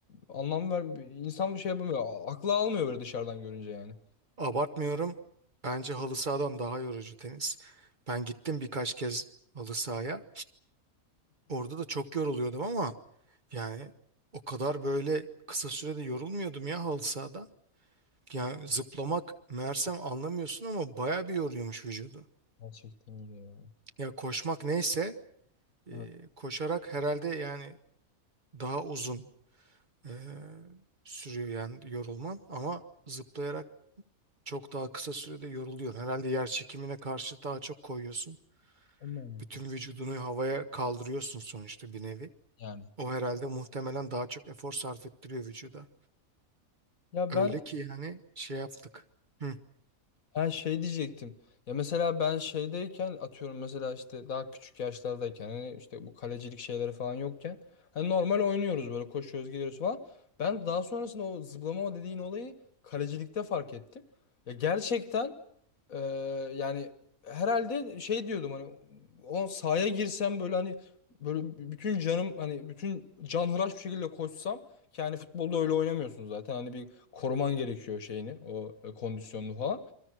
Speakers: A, on the left; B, on the right.
A: anlam ver insan bir şey yapamıyor. Aklı almıyor böyle dışarıdan görünce yani.
B: Abartmıyorum. Bence halı sahadan daha yorucu tenis. Ben gittim birkaç kez halı sahaya. Orada da çok yoruluyordum ama yani o kadar böyle kısa sürede yorulmuyordum ya halı sahada. Yani zıplamak meğersem anlamıyorsun ama baya bir yoruyormuş vücudu.
A: Gerçekten öyle ya.
B: Ya koşmak neyse e,
A: Evet,
B: koşarak herhalde yani daha uzun e, sürüyor yani yorulman ama zıplayarak çok daha kısa sürede yoruluyor. Herhalde yer çekimine karşı daha çok koyuyorsun.
A: onunla alakalı.
B: Bütün vücudunu havaya kaldırıyorsun sonuçta bir nevi.
A: Yani.
B: O herhalde muhtemelen daha çok efor sarf ettiriyor vücuda.
A: Ya
B: Öyle
A: ben
B: ki yani şey yaptık. Hı.
A: Ha şey diyecektim. Ya mesela ben şeydeyken atıyorum mesela işte daha küçük yaşlardayken hani işte bu kalecilik şeyleri falan yokken hani normal oynuyoruz böyle koşuyoruz gidiyoruz falan. Ben daha sonrasında o zıplama o dediğin olayı kalecilikte fark ettim. Ya gerçekten e, yani herhalde şey diyordum hani o sahaya girsem böyle hani böyle bütün canım hani bütün canhıraş bir şekilde koşsam ki hani futbolda öyle oynamıyorsun zaten hani bir koruman gerekiyor şeyini o e, kondisyonunu falan.